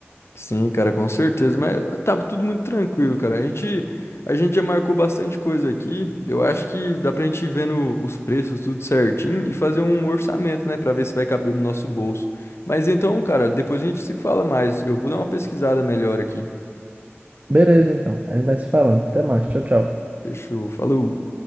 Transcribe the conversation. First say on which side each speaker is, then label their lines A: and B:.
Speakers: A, on the left; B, on the right.
A: Sim, cara, com certeza, mas tá tudo muito tranquilo, cara. A gente, a gente já marcou bastante coisa aqui. Eu acho que dá pra gente ir vendo os preços tudo certinho e fazer um orçamento, né, Pra ver se vai caber no nosso bolso. Mas então, cara, depois a gente se fala mais. Eu vou dar uma pesquisada melhor aqui.
B: Beleza, então. A gente vai se falando. Até mais. Tchau, tchau.
A: Fechou. Falou.